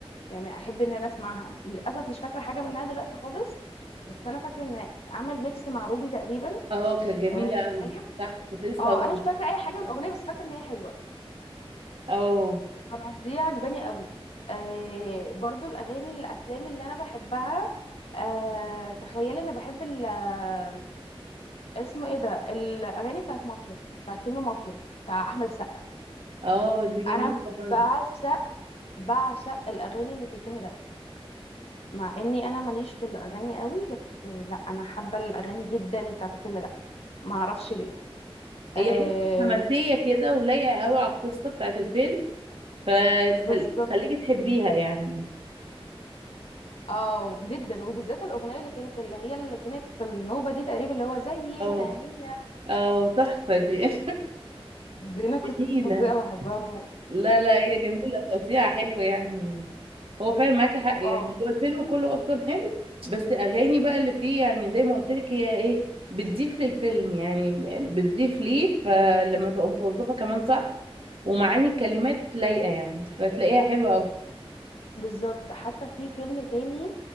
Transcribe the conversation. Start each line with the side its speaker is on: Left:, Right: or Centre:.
Left: يعني احب ان انا اسمعها للاسف مش فاكره حاجه منها دلوقتي خالص بس انا فاكره ان عمل ميكس مع روبي تقريبا
Right: اه كانت جميلة
Left: آه،
Right: أوي
Left: طيب
Right: صح كنت لسه
Left: اه
Right: هقول
Left: انا مش فاكره اي حاجه من الاغنيه بس فاكره ان هي حلوه
Right: اه
Left: انا دي عجباني قوي آه برضو الاغاني الافلام اللي انا بحبها آه تخيلي انا بحب ال- آه، اسمه ايه ده الاغاني بتاعت مافيا بتاعت فيلم مافيا بتاع احمد السقا
Right: اه دي جميلة
Left: انا بعشق
Right: برضه
Left: بعشق الاغاني اللي في الفيلم ده مع اني انا ماليش في الاغاني قوي بس لا انا حابه الاغاني جدا بتاعت الفيلم ده ما اعرفش ليه
Right: هي
Left: آه
Right: حلوة حماسية كده ولايقة أوي على القصة بتاعت الفيلم فتخليكي
Left: بالظبط
Right: تحبيها يعني
Left: اه جدا وبالذات الاغنيه اللي كانت اللي هي اللي كانت في النوبه دي تقريبا اللي هو زي
Right: اه
Left: ما هي
Right: اه تحفة
Left: هي
Right: دي
Left: دي
Right: <laughs>
Left: دي انا كنت
Right: جميلة
Left: فظيعه بحبها موت
Right: لا لا هي جميلة توزيعها حلو يعني هو فعلا معاكي حق
Left: واو
Right: يعني هو الفيلم كله أصلا حلو بس أغاني بقى اللي فيه يعني زي ما قلت لك هي إيه بتضيف للفيلم يعني بتضيف ليه فلما تبقى متوظفة كمان صح ومعاني الكلمات لايقة يعني فتلاقيها حلوة أوي
Left: بالظبط حتى في فيلم تاني